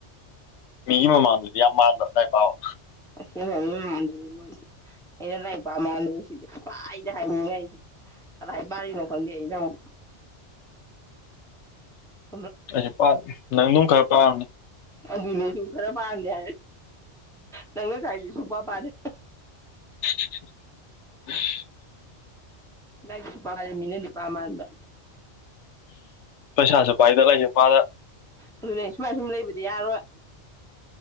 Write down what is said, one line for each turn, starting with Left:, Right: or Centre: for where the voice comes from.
Left: ꯃꯤꯒꯤ ꯃꯃꯥꯡꯗꯗꯤ ꯌꯥꯝ ꯃꯥꯟꯕ ꯂꯥꯏ ꯄꯕ
Centre: ꯑꯁꯦꯡꯕ ꯃꯤꯃꯥꯡꯗꯗꯤ ꯂꯣꯏꯔꯦ ꯑꯩꯅ ꯂꯥꯏꯔꯤꯛ ꯄꯥ ꯃꯥꯟꯁꯤꯗꯤ ꯄꯥꯏꯗ ꯍꯥꯏ ꯃꯤꯅ ꯑꯩꯁꯨ ꯀꯗꯥꯥꯏ ꯄꯥꯔꯤꯅꯣ ꯈꯪꯗꯦ ꯑꯩꯅ ꯑꯃꯨꯛ <unintelligible>
Left: ꯑꯩꯁꯨ ꯄꯥꯗꯦ ꯅꯪꯗꯨꯝ ꯈꯔ ꯄꯥꯝꯅꯤ
Centre: ꯑꯗꯨꯅꯦ ꯑꯩꯁꯨ ꯈꯔ ꯄꯥꯔꯝꯃꯦ ꯅꯪ ꯉꯁꯥꯏꯁꯨ ꯁꯨꯡꯄꯥ ꯄꯥꯗꯦ
Left: <unintelligible>
Centre: ꯂꯥꯏꯔꯤꯛꯁꯨꯄꯥ ꯄꯥꯗꯦ ꯃꯤꯅꯗꯤ ꯄꯥ ꯃꯥꯟꯕ
Left: ꯄꯩꯁꯥꯁꯨ ꯄꯥꯏꯗ ꯂꯥꯏꯔꯤꯛꯁꯨ ꯄꯥꯗ
Centre: ꯑꯗꯨꯅꯦ ꯁꯨꯃꯥꯏ ꯁꯨꯝ ꯂꯩꯕꯗꯤ ꯌꯥꯔꯣꯏ